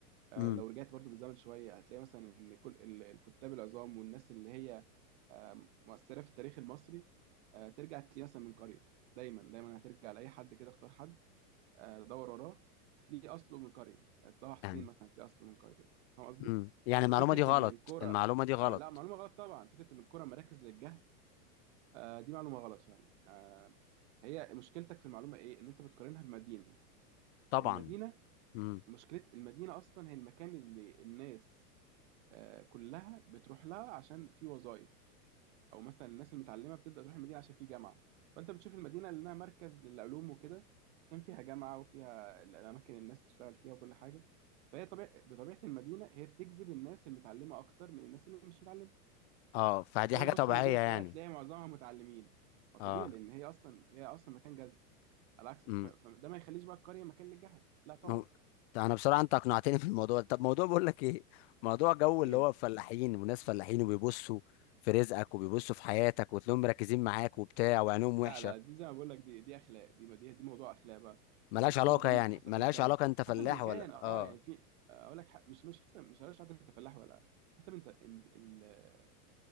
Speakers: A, on the right; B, on the left.
A: آه،
B: امم
A: لو رجعت برضو بالزمن شويه هتلاقي مثلا ان كل ال- الكتاب العظام والناس اللي هي آه، مؤثره في التاريخ المصري آه، ترجع تلاقيه مثلا من قريه دايما دايما هترجع لاي حد كده اختار حد آه، دور وراه هتلاقيه اصله من قريه يعني طه حسين
B: يعني
A: مثلا هتلاقيه اصله من قريه فاهم قصدي؟
B: امم يعني
A: ففكره
B: المعلومة دي غلط
A: ان الكوره
B: المعلومة دي غلط
A: آه، لا معلومه غلط طبعا فكره ان الكوره مراكز للجهل آه، دي معلومة غلط فعلا آه، هي مشكلتك في المعلومة ايه ان انت بتقارنها بمدينة
B: طبعا
A: آه، المدينة
B: امم
A: مشكلة المدينة اصلا هي المكان اللي الناس آه، كلها بتروح لها عشان في وظائف او مثلا الناس المتعلمة بتبدأ تروح المدينة عشان في جامعة فانت بتشوف المدينة لانها مركز للعلوم وكده عشان فيها جامعة وفيها الاماكن اللي الناس بتشتغل فيها وكل حاجة فهي طبيعة بطبيعة المدينة هي بتجذب الناس المتعلمة اكتر من الناس اللي مش متعلمة
B: اه فدي
A: فطبيعي
B: حاجة
A: بص
B: طبيعية
A: المدينة تلاقيها
B: يعني
A: تلاقي معظمها متعلمين ما
B: اه
A: طبيعي لان هي اصلا هي اصلا مكان جذب على عكس
B: امم
A: ف- فده ما يخليش بقى القريه مكان للجهل لا طبعا
B: مم. ده انا بصراحة انت اقنعتني <laughs> في الموضوع ده. طب موضوع بقول لك ايه موضوع جو اللي
A: ايه
B: هو فلاحين وناس فلاحين وبيبصوا في رزقك وبيبصوا في حياتك وتلاقيهم مركزين معاك وبتاع وعينهم وحشة
A: لا لا دي زي ما بقول لك دي دي اخلاق دي دي دي موضوع اخلاق بقى
B: ملهاش
A: وبيختلف
B: علاقة
A: جامد
B: يعني
A: حسب
B: ملهاش
A: مكان
B: علاقة انت فلاح
A: حسب المكان
B: ولا
A: اه
B: اه
A: يعني في اقول لك ح- مش مش حسب مش عارف حاجه تفلاح ولا حسب انت إن- ال-